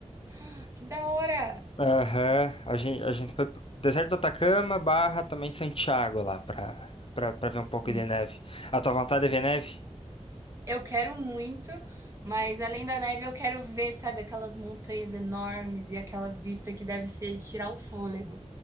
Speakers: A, on the right; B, on the left.
A: Ah, que da hora!
B: Aham, a gente, a gente foi pro deserto do Atacama barra também Santiago lá pra, pra, pra ver um
A: Sim.
B: pouco de neve. A tua vontade é ver neve?
A: Eu quero muito, mas além da neve eu quero ver, sabe, aquelas montanhas enormes e aquela vista que deve ser de tirar o fôlego.